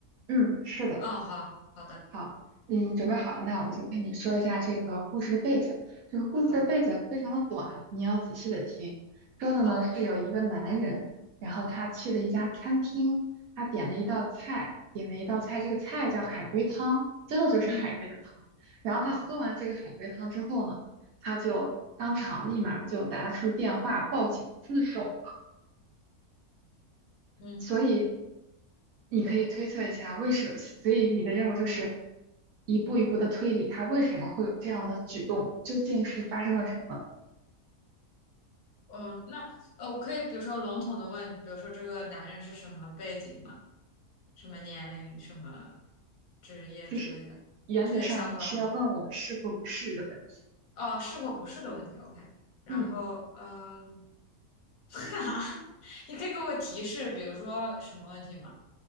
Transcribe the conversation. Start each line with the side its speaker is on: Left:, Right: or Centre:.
Right: 嗯，是的。
Left: 哦，好，好的，
Right: 好，嗯，准备好了，那我就跟你说一下这个故事的背景。这个故事的背景非常的短，
Left: 好，
Right: 你要仔细的听。说的呢是有一个男人，
Left: 好，
Right: 然后他去了一家餐厅，他点了一道菜，点了一道菜，这个菜叫海龟汤，真的就是海龟的汤。
Left: 嗯，
Right: 然后他喝完这个海龟汤之后呢，
Left: 好，
Right: 他就当场立马就打出电话报警自首。
Left: 嗯，
Right: 所以你可以推测一下为什么，所以你的任务就是一步一步的推理他为什么会有这样的举动，究竟是发生了什么？
Left: 嗯，那呃，我可以比如说笼统的问，比如说这个男人是什么背景吗？什么年龄、什么职业之类的，
Right: 就是原则上你是要问我是或不是的问题。
Left: 这些相关吗？哦，是或不是的问题，OK。然后，
Right: 嗯。
Left: 嗯，<laughs> 哈哈，你可以给我提示，比如说什么问题吗？